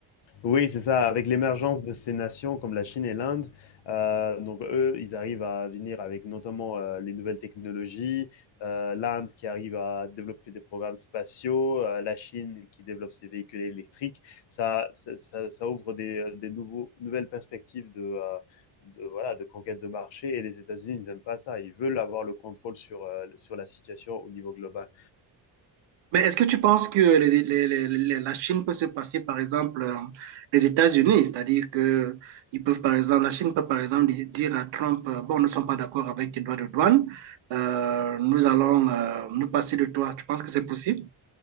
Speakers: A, on the left; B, on the right.
A: Oui, c'est ça. Avec l'émergence de ces nations comme la Chine et l'Inde, euh, donc eux, ils arrivent à venir avec notamment euh, les nouvelles technologies. euh, L'Inde qui arrive à développer des programmes spatiaux, euh, la Chine qui développe ses véhicules électriques. Ça, ça, ça- ça ouvre des, des nouveaux, nouvelles perspectives de, euh, de, voilà, de conquête de marché. Et les États-Unis, ils n'aiment pas ça. Ils veulent avoir le contrôle sur, euh, sur la situation au niveau global.
B: Mais est-ce que tu penses que les- les- les- les- la Chine peut se passer, par exemple, euh, les États-Unis? C'est-à-dire que ils peuvent, par exemple, la Chine peut, par exemple, di- dire à Trump, euh, bon, nous ne sommes pas d'accord avec tes droits de douane, euh, nous allons euh, nous passer de toi. Tu penses que c'est possible?